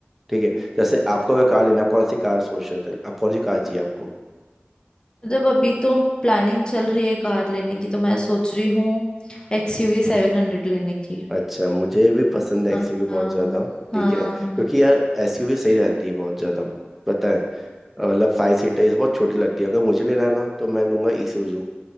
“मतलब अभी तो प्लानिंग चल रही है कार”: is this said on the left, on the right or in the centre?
Left